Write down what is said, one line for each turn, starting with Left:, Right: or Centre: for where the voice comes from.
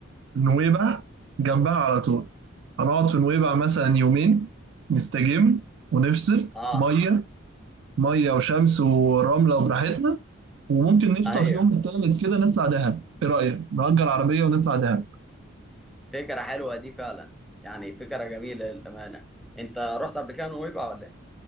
Right: نويبع جنبها على طول هنقعد في نويبع مثلا يومين نستجم ونفصل
Centre: اه
Right: مية مية وشمس ورملة وبراحتنا وممكن نخطف
Centre: ايوه
Right: يوم التالت كده نطلع دهب ايه رأيك نأجر عربية ونطلع دهب
Centre: فكرة حلوة دي فعلا يعني فكرة جميلة للأمانة أنت رحت قبل كده نويبع ولا إيه؟